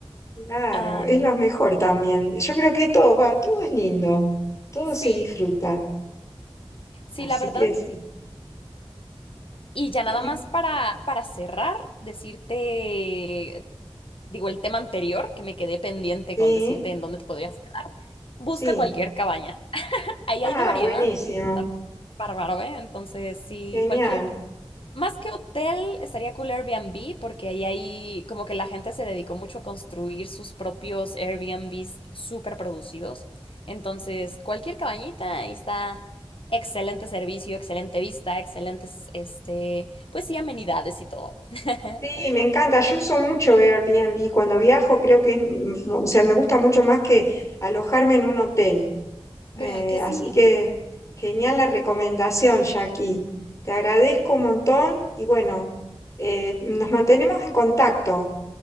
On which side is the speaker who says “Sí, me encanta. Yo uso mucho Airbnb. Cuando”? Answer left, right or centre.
Left